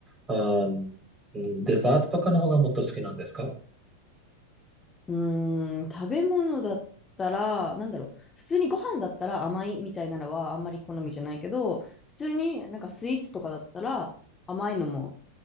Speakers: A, on the right; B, on the left.
A: あー、うんデザートとかの方がもっと好きなんですか
B: うーん、食べ物だったら、なんだろう、普通にご飯だったら甘いみたいなのはあんまり好みじゃないけど、普通になんかスイーツとかだったら甘いのも